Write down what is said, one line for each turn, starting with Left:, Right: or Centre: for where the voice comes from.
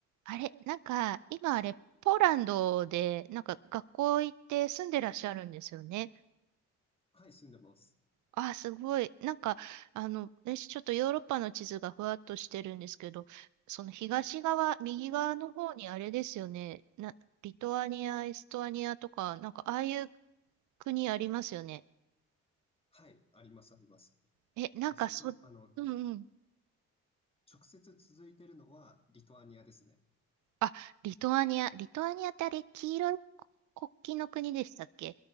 Right: あれ、なんか、今あれ、ポーランドで、なんか学校行って住んでらっしゃるんですよね。
Left: はい、住んでます。
Right: あすごい。なんか、あの、私ちょっとヨーロッパの地図がふわっとしてるんですけど、その東側、右側の方にあれですよね。な、リトアニア、エストアニアとか、なんかああいう国ありますよね。
Left: はい、あります、あります。
Right: え、なんかそ、
Left: エスト、
Right: うんうん。
Left: あの、直接続いてるのはリトアニアですね。
Right: あ、リトアニア。リトアニアってあれ、黄色い国旗の国でしたっけ